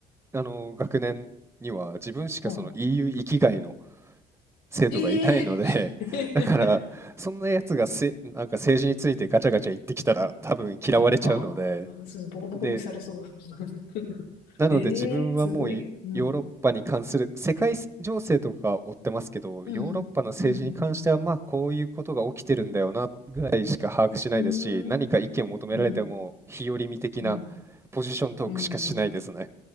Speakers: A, on the right (about 15°); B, on the left (about 90°).
A: あの、学年には自分しかその
B: は
A: EU 域外の生徒がいないので、
B: い。ええー
A: <laughs> だから、
B: <laughs>
A: そんなやつがせ、なんか政治についてガチャガチャ言ってきたら多分嫌われちゃうので、
B: ああ、そう、ボコボコにされそう。
A: で、
B: <laughs>
A: なので自分はもういヨーロッパに関する世界情勢とか追ってますけど、
B: ええすごい。うん。うん。
A: ヨーロッパの政治に関してはまあこういうことが起きてるんだよなぐらいしか把握しないですし、
B: うん。うん。
A: 何か意見を求められても日和見的な
B: うん。うん。うん。
A: ポジショントークしかしないですね。
B: うんうん